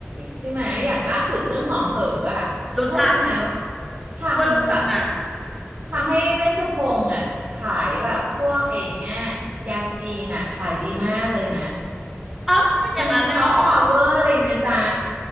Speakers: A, on the right; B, in the centre.
A: ใช่ไหมอย่างล่าสุดเรื่องหมอเหออะ
B: รู้จัก
A: ว่ารู้ไหมว่าทำแบบ
B: ว่ารู้จักนะ
A: ทำให้เวชพงษ์อะขายแบบพวกไอ้เนี่ยยาจีนอะขายดีมากเลยนะ
B: เอ้าเป็นอย่างนั้นเลยเหรอ
A: มันเป็นซอฟต์พาวเวอร์เลยนะจ๊ะ